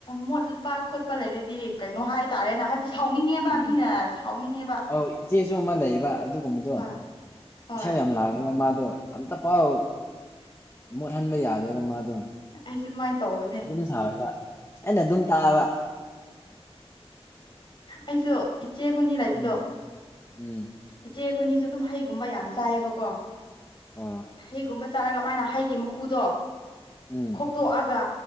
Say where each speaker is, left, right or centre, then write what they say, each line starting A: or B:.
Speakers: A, on the left; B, on the left.
A: ꯃꯣꯠꯄ ꯈꯣꯠꯄ ꯂꯩꯔꯗꯤ ꯀꯩꯅꯣ ꯍꯥꯏꯇꯥꯔꯦꯅꯦ ꯍꯥꯏ ꯁꯤ ꯁꯥꯎꯅꯤꯡꯉꯦꯕ
B: ꯎꯝ
A: ꯃꯤꯅ ꯁꯥꯎꯅꯤꯡꯉꯦꯕ
B: ꯑꯧ ꯏꯆꯦꯁꯨ ꯑꯃ ꯂꯩꯌꯦꯕ ꯑꯗꯨꯒꯨꯝꯕꯗꯣ
A: ꯍꯣꯏ ꯍꯣꯏ
B: ꯏꯁꯥꯎ ꯌꯥꯝ ꯂꯥꯡꯉꯦꯕ ꯃꯥ ꯑꯗꯣ ꯑꯝꯇ ꯄꯥꯎ ꯃꯣꯠꯍꯟꯕ ꯌꯥꯗꯦꯕ ꯃꯥꯗꯣ
A: ꯑꯩꯁꯦ ꯑꯗꯨꯃꯥꯏꯅ ꯇꯧꯕꯅꯦ
B: ꯑꯗꯨꯝ ꯁꯥꯎꯋꯦꯕ ꯑꯩꯅ ꯑꯗꯨꯝ ꯇꯥꯕ
A: ꯑꯩꯁꯨ ꯏꯆꯦ ꯈꯣꯏꯅꯤ ꯂꯩꯕꯗꯣ
B: ꯎꯝ ꯎꯝ
A: ꯏꯆꯦ ꯑꯩꯈꯣꯏꯅꯤꯁꯨ ꯑꯄꯨꯃꯜ
B: ꯑꯣ
A: ꯍꯩꯒꯨꯝꯕ ꯆꯥꯔꯒ ꯃꯥꯏꯅ ꯍꯩꯒꯤ ꯃꯈꯨꯗꯣ
B: ꯎꯝ
A: ꯈꯣꯛꯇꯣꯛꯑꯒ